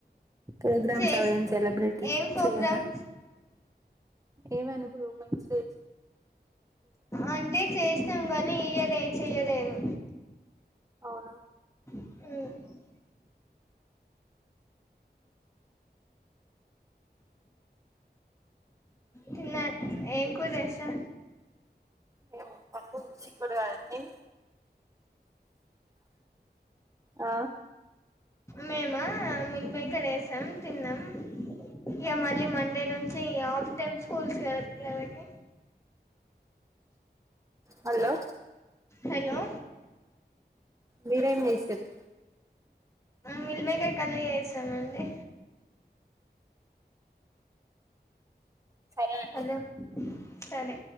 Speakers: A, on the right (about 20°); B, on the left (about 15°).
A: ప్రోగ్రామ్స్
B: చేస్
A: అవ ఏం సెలబ్రేట్
B: ఏం ప్రోగ్రామ్
A: చెయరా ఏవ అనుభవ మంచి
B: అంటే చేసినాం గానీ ఇయ్యద చెయ్యలేదు
A: అవునా
B: మ్మ్మ్మ్ తన్న ఏం కుదిసా
A: మేము పప్పు చకుడు కదండి ఆ
B: మేము మిల్క్ మేకర్ వేసాం తిన్నాం ఇక మళ్ళీ మండే నుంచి చె ఆఫ్ టైమ్ స్కూల్స్గాద పిలకి
A: హలో
B: హలో
A: మీరన్న వసరి
B: మిలిమక కళ చేసామండి
A: సరే అండి
B: హలో సరే